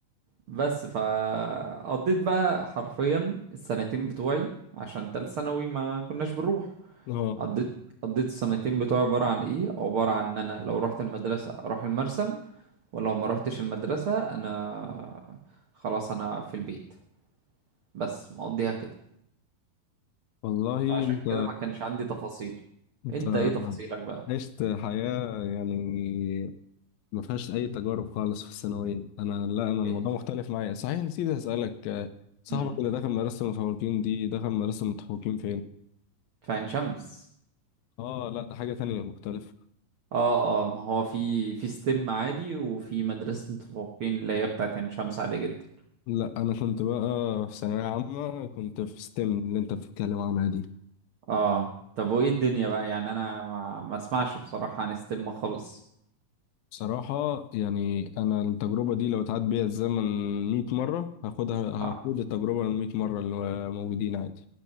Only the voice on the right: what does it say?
بس فقضيت بقى حرفيا السنتين بتوعي عشان تالت ثانوي ما كناش بنروح
قضيت قضيت السنتين بتوعي عبارة عن ايه عبارة عن ان انا لو رحت المدرسة اروح المرسم ولو ما رحتش المدرسة انا خلاص انا في البيت بس مقضيها كده
فعشان
كده ما كانش عندي تفاصيل
انت ايه تفاصيلك بقى
إيه؟
مم.
في عين شمس
اه اه ما هو في في ستيم عادي وفي مدرسة متفوقين اللي هي بتاعت عين شمس عادي جدا
اه طب وايه الدنيا بقى يعني انا ما ما اسمعش بصراحة عن ستيم خالص
آه.